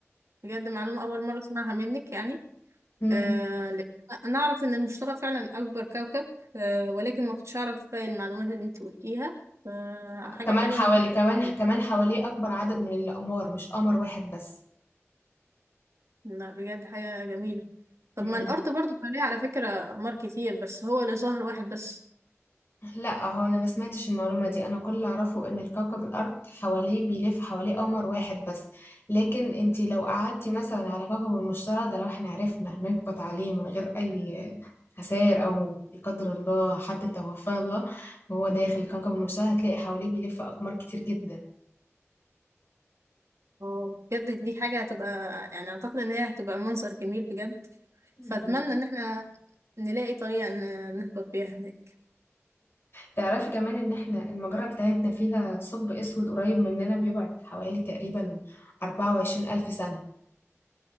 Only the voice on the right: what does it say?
بجد معلومة أول مرة أسمعها منك يعني
آه لأن أنا أعرف إن المشتري فعلا أكبر كوكب آه ولكن ما كنتش أعرف باقي المعلومات اللي أنت قلتيها فحاجة
حلوة
إنك أنت
قلتيها.
لا بجد حاجة جميلة طب
ما الأرض برضو حواليها على فكرة أقمار كتير بس هو اللي ظهر واحد بس
آه، بجد دي حاجة هتبقى يعني أعتقد إن هي هتبقى منظر جميل بجد
فأتمنى إن إحنا نلاقي طريقة إن- نهبط بيها هناك